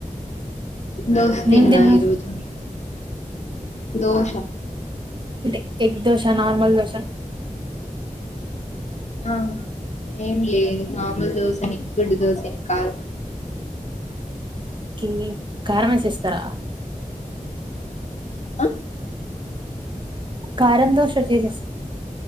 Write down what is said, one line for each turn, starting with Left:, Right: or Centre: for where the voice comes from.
Left: దోష తిన్న
Right: ఏం తిన్నారు
Left: ఈరోజు నేను దోష
Right: అంటే ఎగ్ దోస నార్మల్ దోస
Left: ఆ ఏం లేదు మామూలు దోసనే గుడ్డు దోస ఏమి కాదు
Right: కే కారం వేసి ఇస్తారా
Left: ఆఁ
Right: కారం తో చట్నీ చే